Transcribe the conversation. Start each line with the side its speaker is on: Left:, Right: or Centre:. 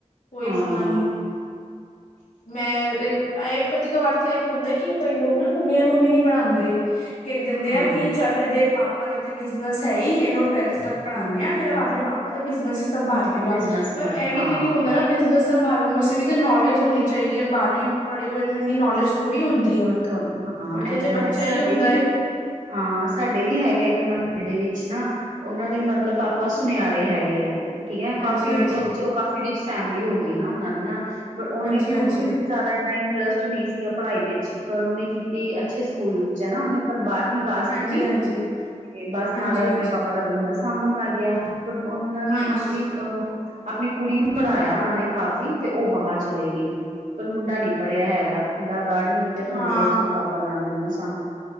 Left: ਕੋਈ
Right: ਹਾਂ
Left: ਪਤਾ ਨੀ ਮੈਂ ਇਹ ਕਦੀ ਕ ਵਾਰ ਤੇ ਇਹ ਵੀ ਹੁੰਦਾ ਕਿ ਕਈ ਲੋਕ ਨਾ ਮੁੰਡਿਆਂ ਨੂੰ ਵੀ ਨਹੀਂੀ ਪੜ੍ਹਾਉਂਦੇ ਕਹਿੰ ਦਿੰਦੇ
Right: ਹਾਂ
Left: ਆ ਕਿ ਚੱਲ ਇਹਦੇ ਪਾਪ ਆਪਾਂ ਤੇ ਬਿਜ਼ਨਸ ਹੈ ਹੀ ਇਹਨੂੰ ਬਾਰਵੀਂ ਤੱਕ ਪੜਾਨੇ
Right: ਹੂੰ
Left: ਆ ਫਿਰ ਆਪਣੇ ਪਾਪਾ ਦਾ ਬਿਜ਼ਨਸ ਸੰਭਾਲ ਲਏਗਾ
Right: ਬਿਜਨਸ ਸੰਭਾਲਣਾ
Left: ਪਰ ਐਵੇਂ
Right: ਹਾਂ
Left: ਤੇ ਨੀ ਹੁੰਦਾ ਨਾ ਬਿਜਨਸ ਸੰਭਾਲਣ ਵਾਸਤੇ ਵੀ ਤੇ ਨੌਲੇਜ ਹੋਣੀ ਚਾਹੀਦੀ ਹੈ ਬਾਅਦ ਵੀ ਪੜ੍ਹਿਓ ਇਹਨ ਇੰਨੀ ਨੌਲੇਜ ਥੋੜਾ ਹੁੰਦੀ ਹੈ ਹੁਣ
Right: ੋ ਹਾਂ
Left: ਉੱਥੇ
Right: ਇਹ
Left: ਜੇ
Right: ਤਾਂ ਹੈ
Left: ਬੱਚਾ
Right: ਸਾਡੇ
Left: ਹੀ ਹੁੰਦਾ
Right: ਵੀ
Left: ਏ
Right: ਹਾਂ ਸਾਡੇ ਵੀ ਹੈਗੇ ਇੱਕ ਮਹੱਲੇ ਦੇ ਵਿੱਚ ਨਾ ਉਹਨਾਂ ਦੇ ਮਤਲਬ ਪਾਪਾ ਸੁਨਿਆਰੇ ਹੈਗੇ ਆ ਠੀਕ ਹੈ
Left: ਹਾਂਜੀ
Right: ਕਾਫੀ
Left: ਹਾਂਜੀ
Right: ਉਹ ਤਾਂ ਚਲੋ ਕਾਫ਼ੀ ਰਿਚ ਫੈਮਿਲੀ ਹੋ ਗਈ ਨਾ ਉਹਨਾਂ ਦੀ ਨਾ ਬ ਉਹਨੇ
Left: ਹਾਂਜੀ
Right: ਵੀ
Left: ਹਾਂਜੀ
Right: ਉਹਨੂੰ ਵੀ ਜ਼ਿਆਦਾ ਇਨਾ ਇੰਟਰਸਟ ਨਹੀਂ ਸੀਗਾ ਪੜ੍ਹਾਈ ਵਿੱਚ ਪਰ ਉਹਨੇ ਕੀਤੀ ਅੱਛੇ ਸਕੂਲ ਚ ਹੈਾ ਉਹਨੇ ਪਰ ਬਾਰਵੀਂ ਪਾਸ
Left: ਹਾਂਜੀ
Right: ਕੀਤੀ
Left: ਹਾਂਜੀ
Right: ਤੇ ਬਸ
Left: ਹਾਂਜੀ
Right: ਨਾਲੇ ਆਪਣੇ ਪਾਪਾ ਦਾ ਬਿਜ਼ਨਸ ਸਾਂਭਣ ਲੱਗ ਗਿਆ ਬਟ ਉਹਨਾਂ ਨੇ
Left: ਹਾਂਜੀ ਹਾਂਜੀ
Right: ਆਪਣੀ ਅਹ ਆਪਣੀ ਕੁੜੀ ਨੂੰ ਪੜਾਇਆ ਉਹਨਾਂ ਨੇ ਕਾਫ਼ੀ ਤੇ ਉਹ ਬਾਹਰ ਚਲੇ ਗਈ ਪਰ ਮੁੰਡਾ ਨਹੀਂ ਪੜ੍ਹਿਆ ਹੈਗਾ ਮੁੰਡਾ ਬਾਹਰ ਵੀ ਤਾਂ
Left: ਹਾਂ
Right: ਨਾਲੇ ਸਾਲ ਪਾਪਾ ਨਾਲ ਬਿਨਸ <unintelligible>